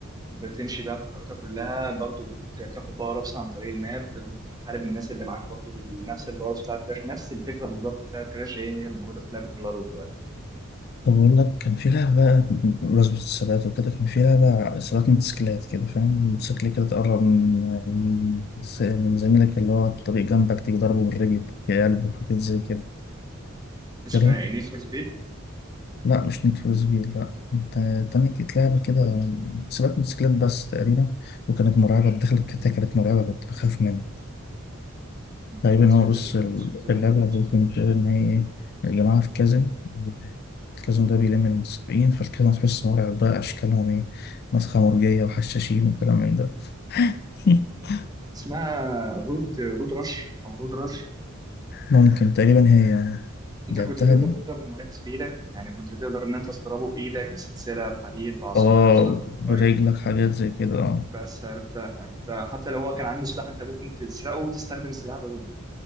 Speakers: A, on the right; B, on the left.
A: بتمشي بقى في الخريطة كلها برضه بت... بتاخد باور أبس عن طريق الماب بتحارب الناس اللي معاك برضه بنفس الباور بتاع كراش نفس الفكرة بالظبط بتاع كراش هي هي الموجودة في لعبة بلارو دلوقتي
B: طب بقول لك كان في لعبة بمناسبة الثبات وكده كان في لعبة ثبات موتوسيكلات كده فاهم موتوسيكل كده تقرب من من من زميلك اللي هو على الطريق جنبك تيجي ضربه بالرجل في قلبه وحاجات زي كده
A: اسمها
B: فاكرها؟
A: إيه نيد فور سبيد
B: لا مش نيد فور سبيد لا انت تاني كانت لعبة كده ثبات موتوسيكلات بس تقريبا وكانت مرعبة دخلت كانت كانت مرعبة كنت بخاف منها
A: موتوسيكلات
B: تقريبا هو بص ال-
A: موتوسيكلات
B: اللعبة ممكن بتقول إن هي إيه، الجماعة في كازن الكازن ده بيلم من سبعين فالكازن تحس مرعب بقى أشكالهم إيه مسخة مرجية وحشاشين وكلام من ده <laughs>
A: اسمها رود رود رش او رود رش
B: ممكن تقريبا هي
A: انت
B: لعبتها
A: كنت تقدر
B: دي
A: تضرب المنافس بايدك يعني كنت تقدر ان انت تضربه بايدك بسلسله بحديد بعصايه
B: اه
A: بصاروخ
B: برجلك
A: طيب
B: حاجات زي كده اه
A: بس عرفتها عرفتها حتى لو هو كان عنده سلاح انت ممكن تسرقه وتستخدم السلاح ده ضده